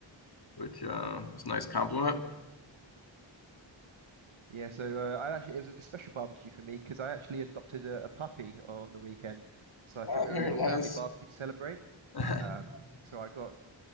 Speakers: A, on the left; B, on the right.
A: which uh, was a nice compliment.
B: Yeah, so uh, I actually it was a special barbecue for me because I actually adopted a, a puppy on the weekend. So I threw
A: Ah, very
B: a little
A: nice.
B: family barbecue to celebrate.
A: <laughs>
B: Um, so I got